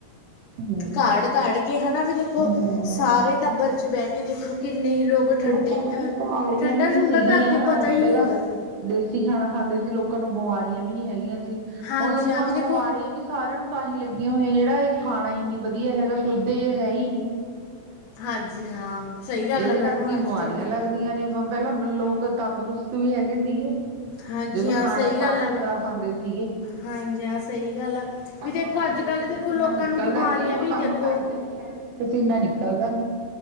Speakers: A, on the right; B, on the left.
A: ਹਮ
B: ਘਾੜ -ਘਾੜ ਕੇ ਹੈਨਾ ਵੀ ਦੇਖੋ
A: ਹਮ।
B: ਸਾਰੇ ਟੱਬਰ ਚ ਬਹਿ ਕੇ ਦੇਖੋ ਕਿੰਨੇ ਹੀ ਲੋਕ ਠੰਡੇ
A: ਲੋਕਾਂ
B: ਅ,
A: ਨੂੰ ਫਿਰ ਬਿਮਾਰੀਆਂ
B: ਠੰਡਾ
A: ਵੀ ਨਹੀਂ
B: ਠੁੰਡਾ
A: ਸੀਗੀਆਂ
B: ਤਾਂ ਅੱਗੇ ਪਤਾ ਹੀ
A: ਬਲਾ
B: ਨਹੀਂ ਹੁੰਦਾ ਸੀ
A: ਦੇਸੀ ਖਾਣਾ ਖਾਂਦੇ ਸੀ ਲੋਕਾਂ ਨੂੰ ਬਮਾਰੀਆਂ ਵੀ ਨਹੀਂ ਹੈਗੀਆਂ ਸੀ
B: ਹਾਂਜੀ
A: ਹੁਣ ਲੋਕਾਂ
B: ਹਾਂ ਵੀ
A: ਨੂੰ
B: ਦੇਖੋ
A: ਬਮਾਰੀਆਂ ਵੀ ਸਾਰਿਆਂ ਨੂੰ ਤਾਂ ਹੀ ਲੱਗੀਆਂ ਹੋਈਆਂ ਜਿਹੜਾ ਇਹ ਖਾਣਾ ਹੀ ਨੀ ਵਧੀਆ ਹੈਗਾ ਸ਼ੁੱਧ ਐ ਹੀ ਨਹੀਂ
B: ਹਾਂਜੀ ਹਾਂ ਸਹੀ ਗੱਲ
A: ਇਹਦੇ
B: ਆ ਮੈਡਮ
A: ਕਰਕੇ
B: ਹਾਂਜੀ
A: ਹੀ ਬਿਮਾਰੀਆਂ
B: ਤੁਹਾਡੀ
A: ਲੱਗਦੀਆਂ ਨੇ <inaudible> ਪਹਿਲਾਂ ਲੋਕ ਤੰਦਰੁਸਤ ਵੀ ਹੈਗੇ ਸੀਗੇ।
B: ਹਾਂਜੀ
A: ਜਦੋਂ,
B: ਹਾਂ
A: ਖਾਣਾ
B: ਸਹੀ ਗੱਲ
A: ਸਾਫ-ਸੁਥਰਾ
B: ਹੈ ਮੈਡਮ
A: ਖਾਂਦੇ ਸੀਗੇ।
B: ਹਾਂਜੀ, ਹਾਂ, ਸਹੀ ਗੱਲ ਆ।
A: ਕੰਮ
B: ਵੀ ਦੇਖੋ,
A: ਕਰਦੇ
B: ਅੱਜ-ਕੱਲ
A: ਸੀ
B: ਦੇਖੋ
A: ਪਸੀਨਾ
B: ਲੋਕਾਂ
A: ਨਿਕਲਦਾ
B: ਨੂੰ ਬਿਮਾਰੀਆਂ
A: ਸੀ ਹੁਣ
B: ਵੀ
A: ਕੰਮ
B: ਦੇਖ
A: ਕਰਦੇ ਨੀ ਹੈਗੇ, ਪਸੀਨਾ ਨਿਕਲਦਾ ਨਹੀ,